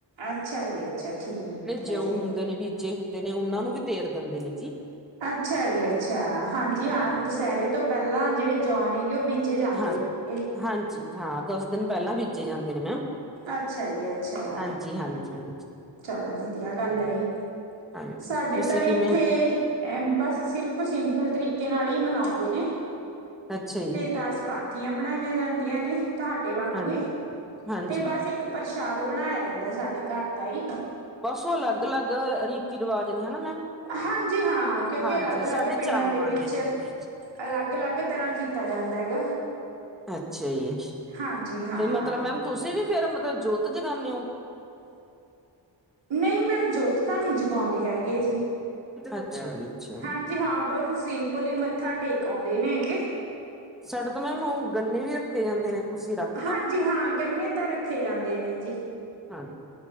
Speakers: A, on the right; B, in the centre.
A: ਅੱਛਾ ਜੀ, ਅੱਛਾ ਠੀਕ।
B: ਜਿਉਂ
A: ਹੈ ਜੀ
B: ਹੁੰਦੇ ਨੇ ਬੀਜੇ ਹੁੰਦੇ ਨੇ ਉਹਨਾਂ ਨੂੰ ਵੀ ਤੇਰ ਦਿੰਦੇ ਨੇ ਜੀ।
A: ਅੱਛਾ ਜੀ ਅੱਛਾ। ਹਾਂਜੀ ਹਾਂ ਦੁਸਹਿਰੇ ਤੋਂ ਪਹਿਲਾਂ ਜਿਹੜੇ ਜੌ ਨੇ ਉਹ ਬੀਜੇ ਜਾਂਦੇ।
B: ਹਾਂ
A: ਨੇ
B: ਹਾਂਜੀ, ਹਾਂ ਦੋ ਦਿਨ ਪਹਿਲਾਂ ਬੀਜੇ ਜਾਂਦੇ ਨੇ ਮੈਮ।
A: ਅੱਛਾ ਜੀ ਅੱਛਾ
B: ਹਾਂਜੀ- ਹਾਂਜੀ।
A: ਚਲੋ ਵਧੀਆ ਗੱਲ ਏ ਜੀ।
B: ਹਾਂਜੀ
A: ਸਾਡੇ
B: ਤੁਸੀਂ
A: ਤਾਂ
B: ਕਿਵੇਂ
A: ਇੱਥੇ ਏ ਮ ਸਿਰਫ਼ ਸਿੰਪਲ ਤਰੀਕੇ ਨਾਲ ਹੀ ਮਨਾਉਂਦੇ ਨੇ।
B: ਅੱਛਾ ਜੀ,
A: ਤੇ ਦਸ ਪਾਤ ਪਥੀਆਂ ਬਣਾਈਆਂ ਜਾਂਦੀਆਂ ਨੇ ਤੁਹਾਡੇ ਵਾਂਗੂ
B: ਹਾਂਜੀ
A: ਹੀ।
B: ਹਾਂਜੀ
A: ਤੇ ਬਸ ਇੱਕ ਪ੍ਰਸ਼ਾਦ ਬਣਾਇਆ ਜਾਂਦਾ ਸਾਡੇ ਘਰ ਤਾ ਹੀ।
B: ਬਸ ਉਹ ਅਲੱਗ- ਅਲੱਗ, ਰੀਤੀ- ਰਿਵਾਜ਼ ਨੇ ਹੈਨਾ ਮੈਮ।
A: ਹਾਂਜੀ, ਹਾਂ। ਕਿਉਂਕਿ
B: ਹਾਂਜੀ
A: ਅਲੱਗ- ਅਲੱਗ
B: ਸਾਡੇ
A: ਪਿੰਡਾਂ
B: ਚਾਵਲ
A: ਦੇ
B: ਬਣਦੇ
A: ਵਿੱਚ
B: ਨੇ ਮਿੱਠੇ।
A: ਅਲੱਗ -ਅਲੱਗ ਤਰ੍ਹਾਂ ਕੀਤਾ ਜਾਂਦਾ ਹੈਗਾ।
B: ਅੱਛਾ ਜੀ
A: ਹਾਂਜੀ ਹਾਂ
B: ਤੇ ਮਤਲਬ ਮੈਮ ਤੁਸੀਂ ਵੀ ਫੇ। ਰ ਮਤਲਬ ਜੋਤ ਜਗਾਉਂਨੇ ਹੋ।
A: ਨਹੀਂ ਮੈਮ ਜੋਤ ਤਾਂ ਨਹੀਂ ਜਗਾਉਂਦੇ ਹੈਗੇ ਜੀ।
B: ਅੱਛਾ। ਜੀ,
A: ਹਾਂਜੀ ਹਾਂ। ਬਸ ਸਿੰਪਲ ਹੀ ਮੱਥਾ ਟੇਕ ਆਉਂਦੇ ਨੇ ਆ ਗੇ ਜਿਸ
B: ਸਡੇ ਤੋਂ ਮੈਮ ਉਹ ਗੰਨੇ ਵੀ ਰੱਖੇ ਜਾਂਦੇ ਨੇ ਤੁਸੀਂ ਰੱਖ
A: ਹਾਂਜੀ ਹਾਂ। ਗੰਨੇ ਤਾਂ ਰੱਖੇ ਜਾਂਦੇ ਨੇ ਜੀ।
B: ਹਾਂ,